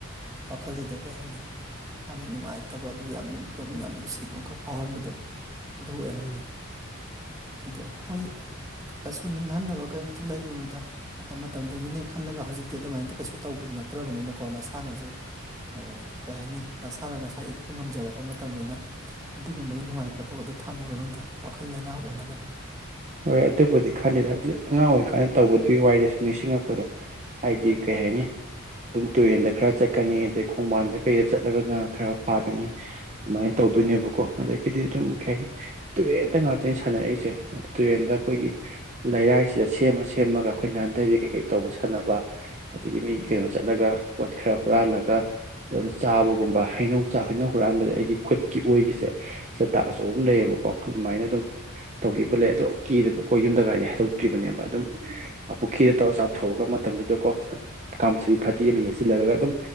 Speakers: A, on the right (about 15°); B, on the right (about 30°).
A: ꯋꯥꯈꯜꯁꯤ ꯑꯗ ꯀꯩ ꯍꯥꯏꯅꯤ ꯑꯅ ꯅꯨꯡꯉꯥꯏꯇꯕ ꯑꯗꯨꯒ ꯌꯥꯝꯅ ꯅꯨꯡ ꯄꯣꯠꯅꯤꯡ ꯌꯥꯝꯅ ꯅꯨꯡꯁꯤꯕ ꯑꯃꯈꯛ ꯐꯥꯎꯍꯟꯕꯗꯣ ꯑꯗꯨ ꯑꯣꯏꯍꯜꯂꯤ ꯑꯗꯣ ꯍꯣꯏ ꯀꯩꯁꯨ ꯅꯤꯡꯍꯟꯅꯕ ꯀꯩꯝꯇ ꯂꯩꯔꯨꯅꯨꯗ ꯃꯇꯝ ꯃꯇꯝꯗꯨꯒꯤꯅꯦ ꯈꯜꯂꯒ ꯍꯧꯖꯤꯛꯇꯤ ꯑꯗꯨꯃꯥꯏꯅ ꯀꯩꯁꯨ ꯇꯧꯕ ꯑꯗꯨ ꯅꯠꯇ꯭ꯔꯕꯅꯤꯅꯀꯣ ꯅꯁꯥꯅꯁꯨ ꯑ ꯀꯩ ꯍꯥꯏꯅꯤ ꯅꯁꯥꯅ ꯅꯁꯥ ꯏꯠꯄ ꯉꯝꯖꯔꯛꯄ ꯃꯇꯝꯅꯤꯅ ꯑꯗꯨꯒꯨꯝꯕꯒꯤ ꯅꯨꯡꯉꯥꯏꯇꯕꯗꯣ ꯊꯝꯃꯨꯔꯨꯅꯗ ꯋꯥꯈꯜ ꯂꯩ ꯂꯩꯅꯥ ꯑꯣꯏꯅꯕꯅꯤ
B: ꯍꯣꯏ ꯑꯗꯨꯕꯨꯗꯤ ꯈꯟꯗꯦꯗ ꯑꯗꯨ ꯑꯉꯥꯡ ꯑꯣꯏꯔꯤꯀꯥꯟꯗ ꯇꯧꯕꯗꯨꯒꯤ ꯋꯥꯔꯤꯗꯣ ꯁꯨꯝ ꯅꯤꯡꯁꯤꯡꯉꯄ ꯄꯗꯣ ꯍꯥꯏꯗꯤ ꯀꯩ ꯍꯥꯏꯅꯤ ꯗꯨꯝ ꯇꯨꯔꯦꯟꯗ ꯈꯔ ꯆꯠꯀꯅꯤ ꯑꯗꯩ ꯈꯣꯡꯕꯥꯟꯗ ꯀꯩꯗ ꯆꯠꯂꯒ ꯉꯥ ꯈꯔ ꯐꯥꯒꯅꯤ ꯃꯥꯏ ꯇꯧꯗꯣꯏꯅꯦꯕꯀꯣ ꯑꯗꯒꯤꯗꯤ ꯑꯗꯨꯝ ꯀꯩꯍꯥꯏꯅꯤ ꯇꯨꯔꯦꯟꯗ ꯉꯥꯛꯇꯅꯦ ꯁꯥꯟꯅꯔꯛꯏꯁꯦ ꯇꯨꯔꯦꯟꯗ ꯑꯩꯈꯣꯏꯒꯤ ꯂꯩꯔꯥꯏꯁꯤꯗ ꯁꯦꯝꯃ ꯁꯦꯝꯃꯒ ꯑꯩꯈꯣꯏ ꯅꯥꯟꯗꯕꯤ ꯀꯩꯀꯩ ꯇꯧꯕ ꯁꯥꯟꯅꯕ ꯑꯗꯒꯤ ꯃꯤꯒꯤ ꯀꯩꯅꯣ ꯆꯠꯂꯒ ꯄꯣꯠ ꯈꯔ ꯍꯨꯔꯥꯜꯂꯒ ꯑꯗꯨꯝ ꯆꯥꯕꯒꯨꯝꯕ ꯍꯩꯅꯧ ꯍꯩꯅꯧ ꯍꯨꯔꯥꯟꯕꯗ ꯑꯩꯒꯤ ꯈꯨꯠ ꯀꯤ ꯑꯣꯏꯒꯤꯁꯦ ꯑꯁꯗ ꯗꯥꯛ ꯑꯆꯧꯕ ꯑꯝ ꯂꯩꯌꯦꯕꯀꯣ ꯑꯗꯨꯃꯥꯏꯅ ꯑꯗꯨꯝ ꯇꯧꯈꯤꯕ ꯂꯩ ꯑꯗꯣ ꯀꯤꯗꯅ ꯑꯩꯈꯣꯏ ꯌꯨꯝꯗ ꯒꯗꯤ ꯍꯥꯏꯗꯣꯛꯇ꯭ꯔꯤꯕꯅꯦꯕ ꯑꯗꯨꯝ ꯄꯨꯈ꯭ꯔꯤꯗ ꯇꯧꯔ ꯆꯥꯝꯊꯣꯛꯑꯒ ꯃꯇꯝꯗꯨꯗꯀꯣ ꯀꯥꯝꯁꯨꯕꯤ ꯐꯗꯤ ꯑꯃ ꯌꯦꯠꯁꯤꯜꯂꯒ ꯑꯗꯨꯝ